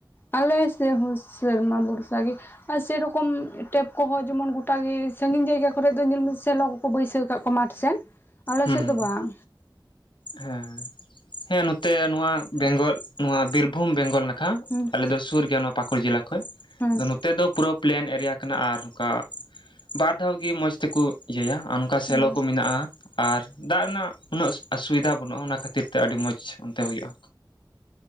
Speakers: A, on the left; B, on the left.
A: ᱟᱞᱮ ᱥᱮᱫ ᱦᱚᱸ ᱥᱮᱨᱢᱟ ᱵᱩᱨᱥᱟ ᱜᱮ᱾ ᱟᱨ ᱥᱮᱨᱚᱠᱚᱢ ᱴᱮᱯ ᱠᱚᱦᱚᱸ ᱡᱮᱢᱚᱱ ᱜᱩᱴᱟ ᱜᱮ ᱥᱟᱺᱜᱤᱧ ᱡᱟᱭᱜᱟ ᱠᱚᱨᱮᱫ ᱫᱚ ᱧᱮᱞ ᱢᱮ ᱥᱮᱞᱚ ᱠᱩ ᱵᱟᱹᱭᱥᱟᱹᱣ ᱠᱟᱫ ᱠᱚᱣᱟ ᱢᱟᱴᱷ ᱥᱮᱫ, ᱟᱞᱮ
B: ᱦᱩᱸ
A: ᱥᱮᱫ ᱫᱚ
B: ᱦᱩᱸ
A: ᱵᱟᱝ᱾
B: ᱦᱮᱸ ᱦᱮᱸ ᱱᱚᱛᱮ ᱱᱚᱣᱟ ᱵᱮᱝᱜᱚᱞ ᱱᱚᱣᱟ ᱵᱤᱨᱵᱷᱩᱢ ᱵᱮᱝᱜᱚᱞ ᱱᱟ ᱠᱷᱟᱱ
A: ᱦᱩᱸ
B: ᱟᱞᱮ ᱫᱚ ᱥᱩᱨ ᱜᱮᱭᱟ ᱱᱚᱣᱟ ᱯᱟᱠᱩᱲ ᱡᱮᱞᱟ ᱠᱷᱚᱡ
A: ᱦᱩᱸ
B: ᱟᱫᱚ ᱱᱚᱛᱮ ᱫᱚ ᱯᱩᱨᱟᱹ ᱯᱞᱮᱱ ᱮᱨᱤᱭᱟ ᱠᱟᱱᱟ ᱟᱨ ᱱᱚᱝᱠᱟ ᱵᱟᱨ ᱫᱷᱟᱣ ᱜᱮ ᱢᱚᱡᱽ ᱛᱮᱠᱚ ᱤᱭᱟᱹᱭᱟ ᱟᱨ ᱱᱚᱝᱠᱟ
A: ᱦᱩᱸ
B: ᱥᱮᱞᱚ ᱠᱚ ᱢᱮᱱᱟᱜᱼᱟ, ᱟᱨ ᱫᱟᱜ ᱨᱮᱱᱟᱜ ᱩᱱᱟᱹᱜ ᱚᱥᱩᱵᱤᱫᱷᱟ ᱵᱟᱹᱱᱩᱜᱼᱟ ᱚᱱᱟ ᱠᱷᱟᱹᱛᱤᱨ ᱛᱮ ᱟᱹᱰᱤ ᱢᱚᱡᱽ ᱚᱱᱛᱮ ᱦᱩᱭᱩᱜᱼᱟ᱾